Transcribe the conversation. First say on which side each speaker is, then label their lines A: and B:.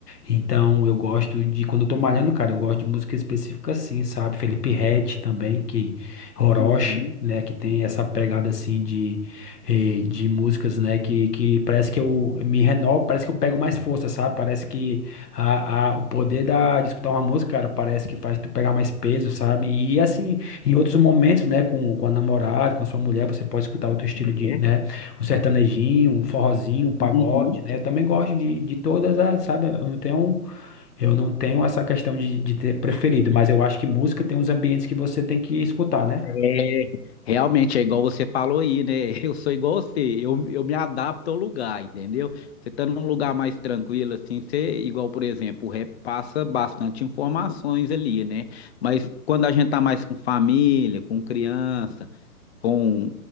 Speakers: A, on the left (about 85°); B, on the left (about 45°).
A: Então, eu gosto de, quando eu tô malhando, cara, eu gosto de música específica assim, sabe? Felipe Ret também, que Orochi,
B: uhum.
A: né, que tem essa pegada assim de, eh, de músicas, né, que, que parece que eu me renovo, parece que eu pego mais força, sabe? Parece que a, a, o poder da, de escutar uma música, cara, parece que faz tu pegar mais peso, sabe? E assim, em outros momentos, né, com, com a namorada, com a sua mulher, você pode escutar outro estilo
B: É,
A: de, né? um sertanejinho, um forrozinho, um pagode,
B: uhum.
A: né? Eu também gosto de, de todas as, sabe? Eu não tenho, eu não tenho essa questão de, de ter preferido, mas eu acho que música tem uns ambientes que você tem que escutar, né?
B: É, realmente é igual você falou aí, né? <laughs> Eu sou igual você, eu, eu me adapto ao lugar, entendeu? Você tá num lugar mais tranquilo, assim, você, igual, por exemplo, o rap passa bastante informações ali, né? Mas quando a gente tá mais com família, com criança, com um,